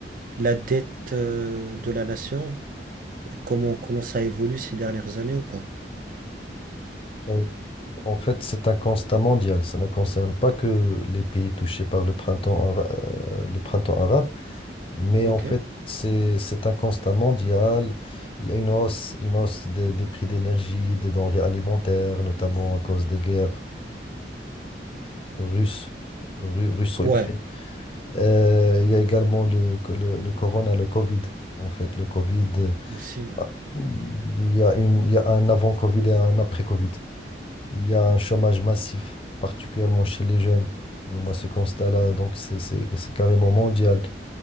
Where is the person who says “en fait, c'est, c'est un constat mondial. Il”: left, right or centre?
Left